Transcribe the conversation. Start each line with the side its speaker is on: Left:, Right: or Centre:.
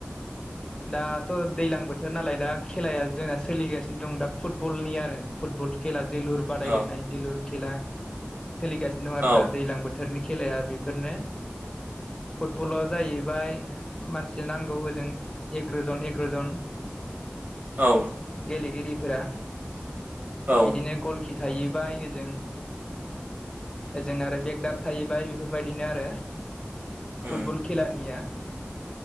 Left: दाथ' दैलां बोथोर नालाय दा खेलाया जोंना सोलिगासिनो दं दा फुटबलनि आरो। फुटबल खेला जोलुर बादायलायनाय
Right: औ
Left: जोलुर खेला सोलिगासिनो दं आरो
Right: औ
Left: दा दैलां बो थोरनि खेलाया बेफोरनो फुटबलाव जाहैबाय मानसि नांगौ ओजों एगार'जन एगार'जन।
Right: औ
Left: गेलेगिरिफोरा
Right: औ
Left: इदिनो गलकि थाहैबाय ओजों। ओजों आरो <unintelligible> थाहैबाय बेफोरबायदिनो आरो।
Right: उम
Left: फुटबल खेलानिया